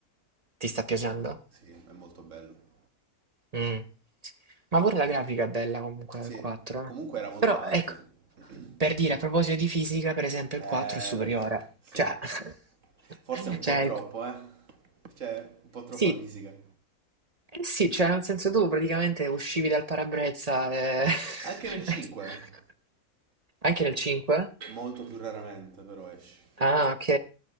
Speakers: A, on the right; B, on the right.
A: ti sta piacendo?
B: Sì, è molto bello.
A: Mm. Ma pure la grafica è bella comunque
B: Sì,
A: del 4.
B: comunque
A: eh.
B: era molto
A: Però,
B: avanti.
A: ecco,
B: Eh, <clears throat>
A: per dire, a proposito di fisica, per esempio,
B: Eh,
A: il 4 è superiore.
B: la... sì.
A: Cioè, <laughs>
B: Forse un
A: cioè,
B: po' troppo,
A: il-
B: eh. Cioè, un po' troppa
A: sì,
B: fisica.
A: eh sì, cioè, nel senso tu praticamente uscivi dal parabrezza e...
B: Anche nel
A: <laughs>
B: 5,
A: anche nel 5?
B: molto più raramente, però esci.
A: Ah, ok.